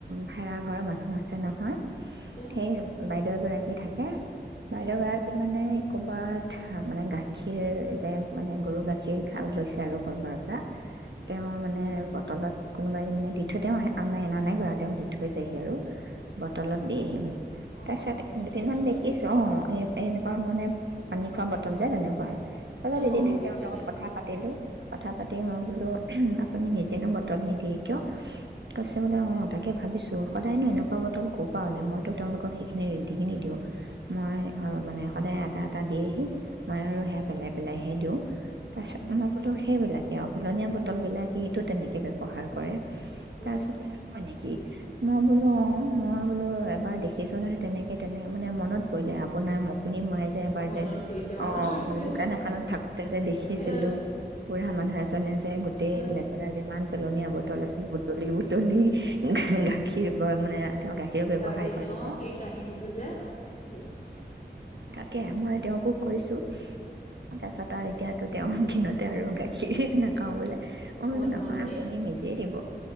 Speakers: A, on the right (about 85°); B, on the left (about 40°).
A: ভাড়াঘৰৰ মানুহ আছে নহয়
B: অ
A: সেই বাইদেউ এযোৰ কি থাকে বাইদেউ
B: উম
A: গৰাকী, মানে ক'বাত, মানে, গাখীৰ যে মানে গৰু গাখীৰা লৈছে আৰু ক'বাৰ পৰা তেওৰ মানে বটলত কোনোবাই মানে দি থৈ তেওঁ আহ নাই অনা নাই কৰা তেওঁক দি থৈ যায়হি আৰু বটলত দিয়েহি, মানে।
B: অ
A: তাৰ পিছত
B: অ বতৰত
A: দুদিনমান দেখিছোঁ। অ' এ, এনেকুৱা, মানে, পানী খোৱা বটল যে, তেনেকুৱা আৰু <unintelligible>
B: অ
A: এদিনহে
B: বুজিছো
A: তেওঁৰ লগত
B: দিয়া
A: কথা পাতিলোঁ কথা পাতি মই বোলো আপুনি নিজেনো বটল নিদিয়ে কিয় কৈছে বোলে অ তাকে ভাবিছো সদায়নো এনেকুৱা বটল কৰ পৰা হলে মইতো তেওঁলোকক সেইখিনি ৰেডি নিদিওঁ মই মানে সদায় এটা এটা দিয়েহি মই আৰু হেয়া পেলাই পেলাইহে দিওঁ তাৰপিছত
B: উম
A: মই বোলো, সেইবিলাক এ, আ ফেলনীয়া বটলবিলাক সি সেইটো তেনেকৈ ব্যৱহাৰ কৰে। তাৰপিছত
B: অ
A: কৈছ হয় নেকি মই বোলো অ', মই বোলো, এবাৰ দেখিছোঁ নহয়, তেনেকে- তেনেকে মানে মনত পৰিলে আপোনাৰ মোক? আপুনি মৰে যে, এবাৰ
B: মনত
A: যে
B: পৰিছে
A: ',
B: মনত
A: অ',
B: পৰিছে
A: দোকানত থাকোঁতে যে, দেখিছিলোঁ।
B: এ
A: বুঢ়া মানুহ এজনে যে, 'গোটেই
B: এ
A: লেতেৰা যিমান পেলনীয় বটল আছিল বুটলি - বুটলি, গাখীৰ বা মানে তেওঁ গাখীৰৰ ব্যৱসায়
B: সঁচা দে
A: কৰে
B: ন ',
A: যে
B: সেই কাহিনীটো যে, ইছ,
A: কে মই তেওঁকো কৈছোঁ তাৰপিছত আৰু এতিয়াতো তেওঁ ঘিনতে আৰু গাখীৰ নাখাও বোলে। অ', মানে
B: মই
A: নহয়
B: নোৱাৰো দেই
A: আপুনি নিজে দিব।